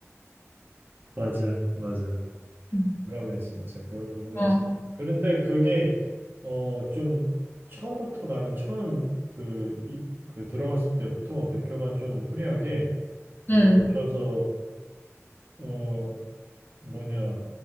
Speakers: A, on the right; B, on the left.
A: 맞아 맞아
B: <laughs>
A: 공감해 진짜 그런 부분에
B: 응,
A: 있어 그런데 그게 어 좀 처음부터 나는 처음 그, 이, 그 들어갔을 때부터 대표가 좀 프리하게 뭐
B: 응,
A: 예를 들어서 어 뭐냐